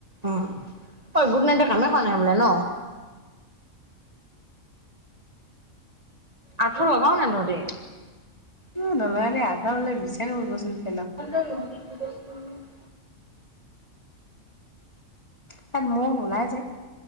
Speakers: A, on the right (about 30°); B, on the left (about 20°).
A: উম ঐ গুড নাইট টোৱে কামে কৱা নাই সপায় ন। আঠুৱা লগাও নাই তহতি
B: উ নলগাং দেই আঠুৱা ললে বিচাৰি নাপাব চোন।
A: পধ ন দিছ <unintelligible>
B: এয়াত মৌ নোলাই যে